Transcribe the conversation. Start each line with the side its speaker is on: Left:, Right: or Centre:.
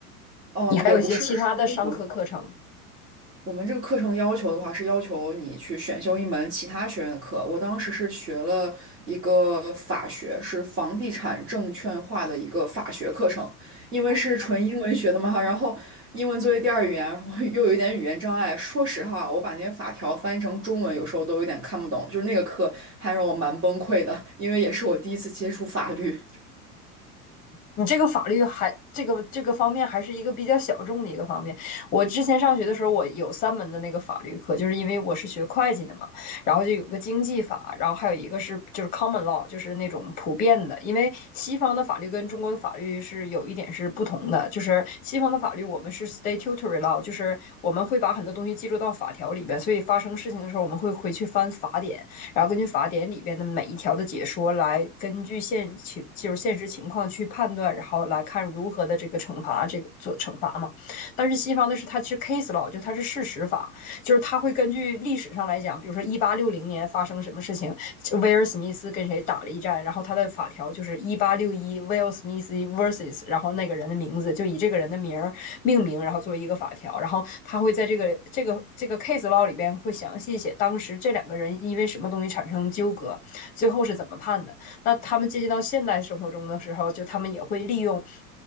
Right: 嗯，
Left: 你还有一些其他的商科课程？
Right: 也不是。我们我们这个课程要求的话，是要求你去选修一门其他学院的课。我当时是学了一个法学，是房地产证券化的一个法学课程，因为是纯英文学的嘛，
Left: 嗯
Right: 然后英文作为第二语言，然后又有一点语言障碍。说实话，我把那些法条翻译成中文，有时候都有点看不懂。就是那个课还让我蛮崩溃的，因为也是我第一次接触法律。
Left: 你这个法律还这个这个方面还是一个比较小众的一个方面。我之前上学的时候，我有三门的那个法律课，就是因为我是学会计的嘛，然后就有个经济法，然后还有一个是就是 common law，就是那种普遍的。因为西方的法律跟中国的法律是有一点是不同的，就是西方的法律我们是 statutory law，就是我们会把很多东西记录到法条里边，所以发生事情的时候我们会回去翻法典。然后根据法典里边的每一条的解说来，根据现情就是现实情况去判断，然后来看如何的这个惩罚这个做惩罚嘛。但是西方的是它是 case law，就它是事实法，就是它会根据历史上来讲，比如说一八六零年发生什么事情，威尔史密斯跟谁打了一战，然后他的法条就是一八六一威尔·史密斯 versus，然后那个人的名字就以这个人的名命名，然后作为一个法条，然后他会在这个这个这个 case law 里边会详细写当时这两个人因为什么东西产生纠葛，最后是怎么判的。那他们接近到现代生活中的时候，就他们也会利用。